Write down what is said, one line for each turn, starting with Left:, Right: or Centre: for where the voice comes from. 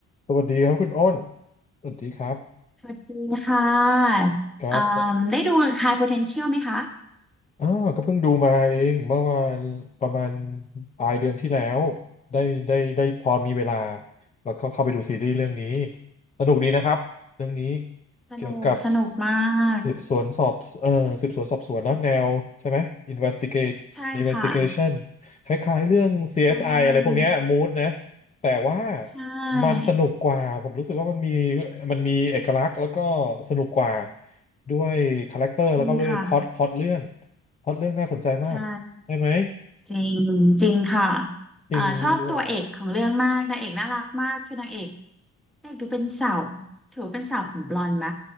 Left: สวัสดีครับคุณอ้น สวัสดีครับ
Centre: สวัสดีค่ะอ่าได้ดู
Left: ครับ
Centre: High Potential ไหมคะ
Left: อ่าก็เพิ่งดูมาเองเมื่อวานประมาณปลายเดือนที่แล้วได้ได้ได้พอมีเวลาแล้วก็เข้าไปดูซีรีส์เรื่องนี้สนุกดีนะครับเรื่องนี้
Centre: สนุก
Left: เกี่ยวกับ
Centre: สนุกมาก
Left: สืบสวนสอบเอ่อสืบสวนสอบสวนเนอะแนวใช่ไหม investigate
Centre: ใช่ค่ะ
Left: investigation คล้ายๆเรื่อง CSI
Centre: ใช่
Left: อสไออะไรพวกเนี้ย mood นะแต่ว่า
Centre: ใช่
Left: มันสนุกกว่าผมรู้สึกว่ามันมีมันมีเอกลักษณ์แล้วก็สนุกกว่าด้วยคาแรคเตอร์แล้วก็เลยพล็อตพล็อตเรื่อง
Centre: จริงค่ะ
Left: พล็อตเรื่องน่าสนใจมากได้ไหม
Centre: ใช่ จริงจริงค่ะ
Left: จริงเออ
Centre: อ่าชอบตัวเอกของเรื่องมากนางเอกน่ารักมากคือนางเอกนางเอกดูเป็นสาวถือว่าเป็นสาวผมบลอนด์ไหม